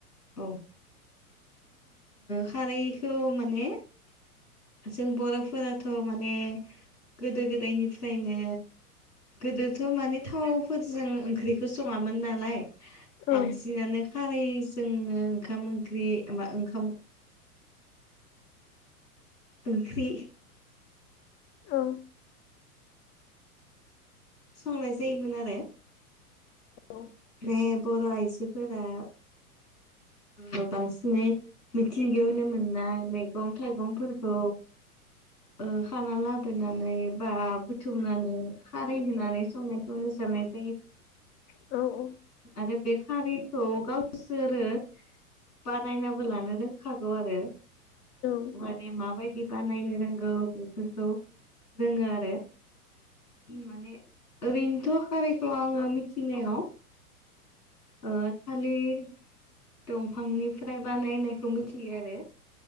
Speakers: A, on the left (about 85°); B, on the left (about 25°).
A: औ खारैखौ माने जों बर'फोराथ' माने गोदो गोदायनिफ्रायनो गोदोथ' माने थावफोरजों ओंख्रिखौ सङामोन नालाय
B: औ
A: बांसिनानो खारै जोंनो ओंखाम ओंख्रि मा ओंखाम ओंख्रि
B: औ
A: संनाय जायोमोन आरो
B: औ
A: बो बर' आइजोफोरा ओम बांसिनै मिथिंगायावो मोननाय मैगं थाइगंफोरखौ ओ खाना लाबोनानै बा बुथुमनानै खारै होनानै संनायखौ रोजानाय
B: औ औ
A: आरो बे खारिखौ गावसोरो बानायनाबो लानो रोंखागौ आरो
B: औ
A: माने माबायदि बानायनो रोंगौ बेफोरखौ रोङो आरो। माने ओरैनोथ' खारैखौ आङो मिथिनायाव। ओ थालिर दंफांनिफ्राय बानायनायखौ मिथियो आरो